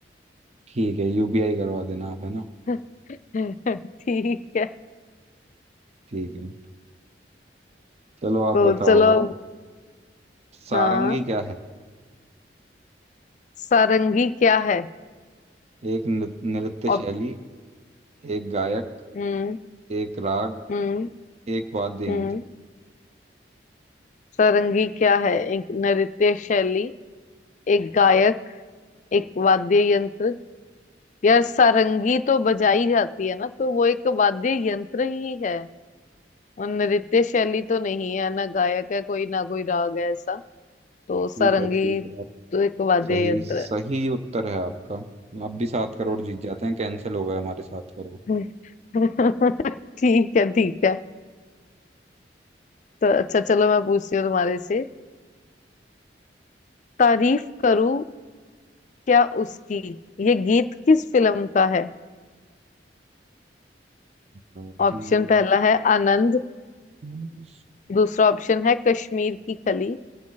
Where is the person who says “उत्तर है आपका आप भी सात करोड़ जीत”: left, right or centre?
Right